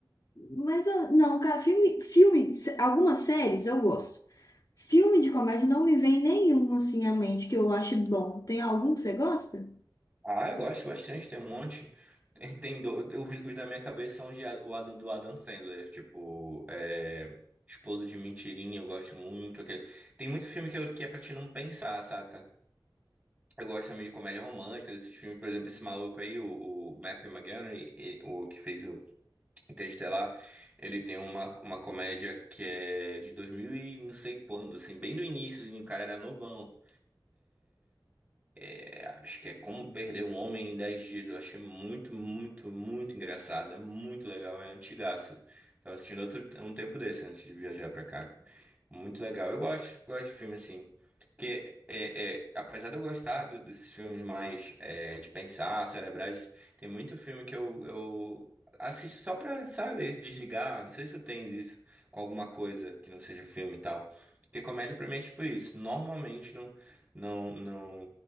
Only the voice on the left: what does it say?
mas eu- não, cara, filme, filme, se- algumas séries eu gosto. Filme de comédia não me vem nenhum assim à mente que eu ache bom. Tem algum que você gosta?